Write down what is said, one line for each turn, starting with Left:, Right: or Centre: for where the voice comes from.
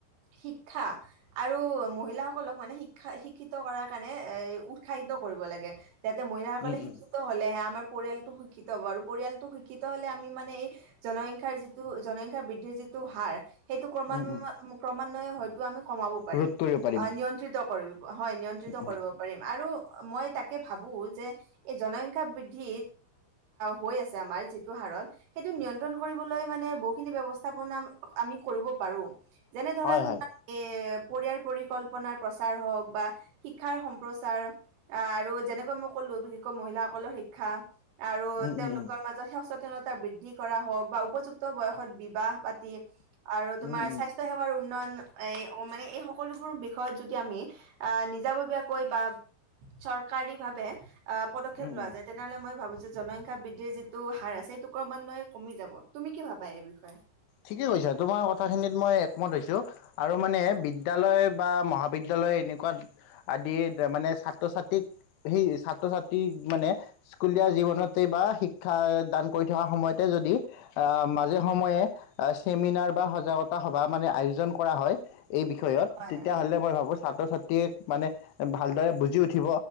Right: শিক্ষা আৰু মহিলাসকলক মানে শিক্ষা শিক্ষিত কৰাৰ কাৰণে এ উৎসাহিত কৰিব লাগে যাতে মহিলাসকলে
Left: উম উম
Right: শিক্ষিত হলেহে আমাৰ পৰিয়ালটো শিক্ষিত হ'ব আৰু পৰিয়ালটো শিক্ষিত হলে আমি মানে এই জনসংখ্যাৰ যিটো জনসংখ্যা বৃদ্ধিৰ যিটো টো হাৰ সেইটো ক্ৰমান্বয়ে
Left: উম উম
Right: ক্ৰমান্বয়ে হয়তো আমি কমাব পাৰিম।
Left: ৰোধ কৰিব পাৰিম
Right: অ নিয়ন্ত্ৰিত কৰিব হয় নিয়ন্ত্ৰিত
Left: উম উম
Right: কৰিব পাৰিম আৰু মই তাকে ভাবো যে এই জনসংখ্যা বৃদ্ধি যি হৈ আ আমাৰ যিটো হাৰত সেইটো নিয়ন্ত্ৰণ কৰিবলৈ মানে বহুখিনি ব্যৱস্থা আমি কৰিব পাৰো যেনে ধৰা
Left: হয়
Right: তোমাৰ
Left: হয়
Right: এ পৰিয়াল পৰিকল্পনাৰ প্ৰচাৰ হওক বা শিক্ষাৰ সম্প্ৰচাৰ আৰু যেনেকৈ মই কলো বিশেষকৈ মহিলাসকলৰ শিক্ষা আৰু
Left: উম
Right: তেওঁলোকৰ
Left: উম উম
Right: মাজত হে উচ তা বৃদ্ধি কৰা হওক বা উপযুক্ত বয়সত বিবাহ পাতি আৰু তোমাৰ
Left: উম উম
Right: স্বাস্থ্য সেৱাৰ উন্নয়ন এ মানে এই সকলোবোৰ বিষয়ত যদি আমি আহ নিজাববীয়াকৈ বা চৰকাৰী ভাবে আহ পদক্ষেপ
Left: উম
Right: লোৱা
Left: উম
Right: যায় তেনেহ'লে মই ভাবো যে জনসংখ্যা বৃদ্ধিৰ যিটো হাৰ আছে সেইটো ক্ৰমান্বয়ে কমি যাব তুমি কি ভাবা এই বিষয়ে
Left: ঠিকে কৈছা তোমাৰ কথাখিনিত মই একমত হৈছো আৰু মানে বিদ্যায়ালয় বা মহাবিদ্যালয় লয় এনেকুৱা আদি মানে ছাত্ৰ ছাত্ৰীক সেই ছাত্ৰ ছাত্ৰীক মানে স্কুলীয়া জীৱনতে বা শিক্ষা দান কৰি থকা সময়তে যদি আ মাজে সময়ে চেমিনাৰ বা সজাগতা সভা মানে আয়োজন কৰা হয় এই বিষয়ত,
Right: হয়
Left: তেতিয়াহ'লে মই ভাবো ছাত্ৰ ছাত্ৰীয়ে মানে ভালদৰে বুজি উঠিব,